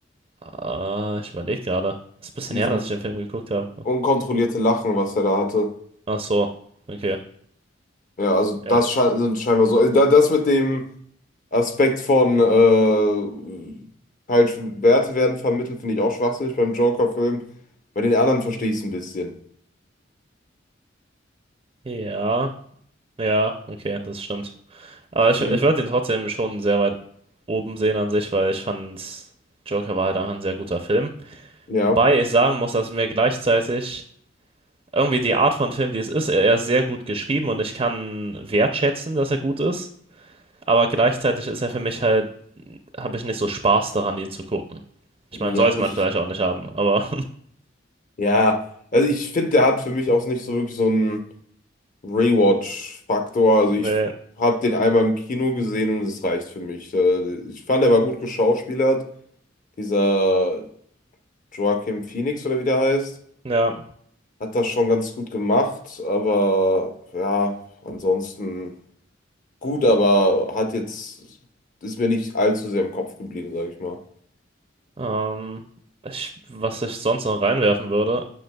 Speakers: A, on the right; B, on the left.
A: Ah, ich überlege gerade. Ist ein bisschen
B: Dieses
A: her, dass ich den Film geguckt habe.
B: unkontrollierte Lachen, was er da hatte.
A: Ach so, okay.
B: Ja, also
A: Ja.
B: das scheint, sind scheinbar so. Also da, das mit dem Aspekt von äh, falsche Werte werden vermittelt, finde ich auch schwachsinnig beim Joker-Film. Bei den anderen verstehe ich es ein bisschen.
A: Ja, ja, okay, das stimmt. Aber ich,
B: Hm?
A: ich würde ihn trotzdem schon sehr weit oben sehen an sich, weil ich fand, Joker war halt einfach ein sehr guter Film.
B: Ja,
A: Wobei ich sagen muss, dass mir gleichzeitig irgendwie die Art von Film, die es ist, er er ist sehr gut geschrieben und ich kann wertschätzen, dass er gut ist. Aber gleichzeitig ist er für mich halt, habe ich nicht so Spaß daran, ihn zu gucken. Ich
B: ja,
A: meine, sollte
B: ich,
A: man vielleicht auch nicht haben, aber
B: ja. Also ich finde, der hat für mich auch nicht so wirklich so einen Rewatch-Faktor. Also
A: <laughs>
B: ich
A: nee,
B: habe den einmal im Kino gesehen und es reicht für mich. Äh, Ich fand, er war gut geschauspielert. Dieser Joaquin Phoenix oder wie der heißt,
A: ja.
B: hat das schon ganz gut gemacht. Aber ja, ansonsten. gut, aber hat jetzt, ist mir nicht allzu sehr im Kopf geblieben, sage ich mal.
A: Ähm, ich, was ich sonst noch reinwerfen würde,